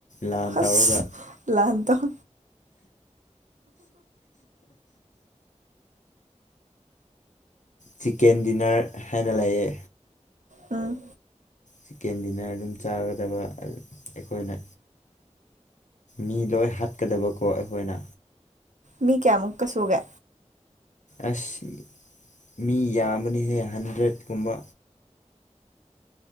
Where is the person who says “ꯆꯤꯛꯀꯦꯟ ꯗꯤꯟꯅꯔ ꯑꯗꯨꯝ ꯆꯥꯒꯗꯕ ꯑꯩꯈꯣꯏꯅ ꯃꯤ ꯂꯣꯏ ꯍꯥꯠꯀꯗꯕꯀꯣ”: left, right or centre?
Left